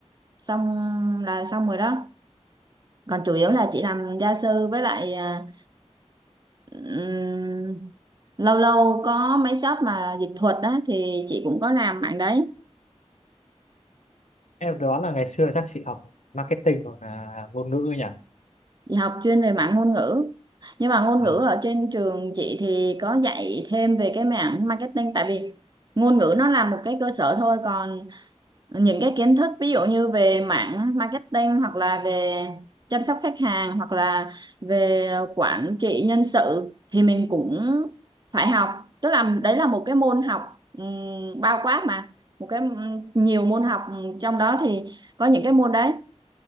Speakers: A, on the right; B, on the left.
A: xong là xong rồi đó còn chủ yếu là chị làm gia sư với lại ờ, ừm, lâu lâu có mấy job mà dịch thuật á thì chị cũng có làm mạng đấy
B: em đoán là ngày xưa chắc chị học marketing hoặc là ngôn ngữ ấy nhỉ
A: Chị học chuyên về mảng ngôn ngữ. Nhưng mà ngôn
B: à,
A: ngữ ở trên trường chị thì có dạy thêm về cái mảng marketing tại vì ngôn ngữ nó là một cái cơ sở thôi còn những cái kiến thức ví dụ như về mảng marketing hoặc là về chăm sóc khách hàng hoặc là về quản trị nhân sự thì mình cũng phải học. Tức là đấy là một cái môn học ừm, bao quát mà, một cái ừm, nhiều môn học ừm, trong đó thì có những cái môn đấy.